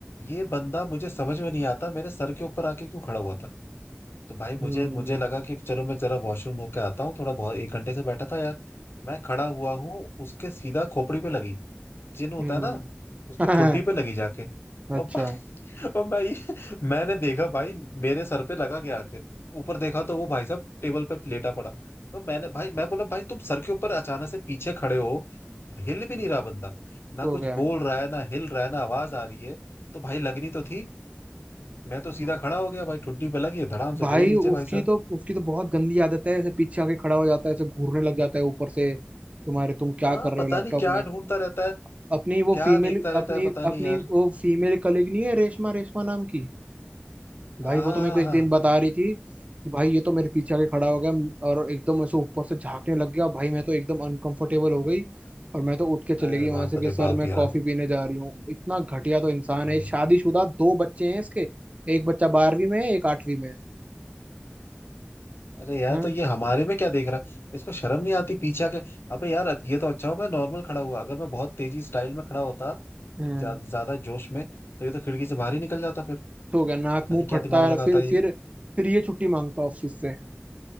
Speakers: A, on the left; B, on the right.
A: ये बंदा मुझे समझ में नहीं आता मेरे सर के ऊपर आके क्यों खड़ा हुआ था तो भाई
B: हम्म
A: मुझे मुझे लगा कि चलो मैं जरा वॉशरूम होके आता हूँ थोड़ा बहुत एक घंटे से बैठा था यार मैं खड़ा हुआ हूँ उसके सीधा खोपड़ी पे लगी चिन्ह होता
B: हम्म
A: है ना उसकी
B: <laughs>
A: ठुड्डी पे लगी जाके
B: अच्छा
A: और भाई और भाई मैंने देखा भाई मेरे सर पे लगा गया आखिर ऊपर देखा तो वो भाई साहब टेबल पे लेटा पड़ा तो मैंने भाई मैं बोला भाई तुम सर के ऊपर अचानक से पीछे खड़े हो हिल भी नहीं रहा बंदा ना
B: हो
A: कुछ
B: गया
A: बोल रहा है ना हिल रहा है ना आवाज आ रही है तो भाई लगनी तो थी मैं
B: हम्म।
A: तो सीधा खड़ा हो गया भाई ठुड्डी पे लगी है, धड़ाम से
B: भाई
A: गिरे नीचे
B: उसकी
A: भाई साहब
B: तो उसकी तो बहुत गंदी आदत है ऐसे पीछे आके खड़ा हो जाता है ऐसे घूरने लग जाता है ऊपर से तुम्हारे तुम क्या
A: हाँ
B: कर रहे
A: पता
B: हो लैपटॉप
A: नहीं क्या
B: में
A: ढूंढता रहता है
B: अपनी वो
A: क्या
B: फीमेल
A: देखता रहता
B: अपनी
A: है पता नहीं
B: अपनी
A: यार
B: वो फीमेल कलीग नहीं है रेशमा रेशमा नाम की भाई
A: हाँ
B: वो
A: हाँ
B: तो मेरे को एक
A: हाँ हाँ।
B: दिन
A: हाँ।
B: बता रही थी कि भाई ये तो मेरे पीछे आके खड़ा हो गया और एकदम ऐसे ऊपर से झांकने लग गया भाई मैं तो एकदम अनकंफर्टेबल हो गई और मैं तो उठ के चली
A: अरे
B: गई वहां
A: बाप
B: से कि
A: रे
B: सर
A: बाप
B: मैं
A: यार
B: कॉफी पीने जा रही हूँ इतना घटिया तो इंसान
A: हाँ
B: है शादीशुदा दो बच्चे हैं इसके एक बच्चा बारहवीं में है एक आठवीं में है
A: अरे यार
B: हाँ
A: तो ये हमारे में क्या देख रहा है इसको शर्म नहीं आती पीछे आके अबे यार ये तो अच्छा हो मैं नॉर्मल खड़ा हुआ अगर मैं बहुत तेजी स्टाइल में खड़ा होता
B: हम्म
A: जा, ज्यादा जोश में तो ये तो खिड़की से बाहर ही निकल जाता फिर
B: हो गया नाक
A: पता
B: मुंह
A: नहीं क्या
B: फटता
A: दिमाग
B: है
A: लगाता
B: फिर
A: है ये
B: फिर फिर ये छुट्टी मांगता ऑफिस से